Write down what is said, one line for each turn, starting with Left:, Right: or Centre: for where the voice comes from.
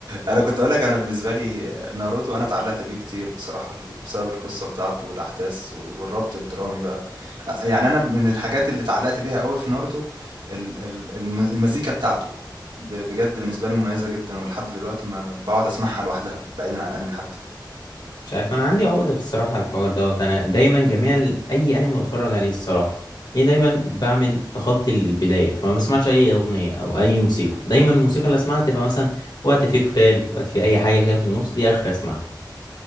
Right: انا كنت اقول لك انا بالنسبه لي ناروتو انا اتعلقت بيه كتير بصراحه ال- بسبب القصه بتاعته والاحداث وال- والربط الدرامي بقى أ- يعني انا من الحاجات اللي اتعلقت بيها قوي في ناروتو ال- ال- الم- المزيكا بتاعته ب- بجد بالنسبه لي مميزه جدا ولحد دلوقتي ما بقعد اسمعها لوحدها بعيدا عن الانمي حتى
Left: مش عارف أنا عندي عقدة في الصراحة على الحوار دوت أنا دايما جميع ال- أي أنمي بتفرج عليه الصراحة ليه دايما بعمل تخطي البداية فما بسمعش أي أغنية أو أي موسيقى دايما الموسيقى اللي أسمعها تبقى مثلا وقت فيه قتال وقت فيه أي حاجة كده في النص دي آخر أسمعها